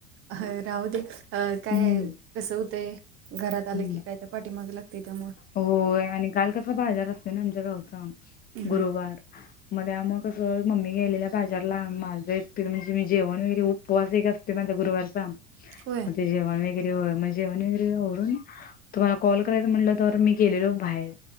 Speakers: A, on the right; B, on the left.
A: अ राहू दे काय
B: हम्म
A: कसं होतंय घरात आलं
B: हम्म
A: की काय तर पाठीमाग लागते ते
B: होय आणि काल कसा बाजार असत ना आमच्या गावचा
A: हं
B: गुरुवार
A: हं
B: मध्ये मग कसं मम्मी गेलेल्या बाजारला माझ म्हणजे मी जेवण वगैेप उवास असत म्हला गुरुवारचा
A: होय
B: जेवण वगर जे वगर तु कल म्हटलं तर मी गेलेलो बाहेर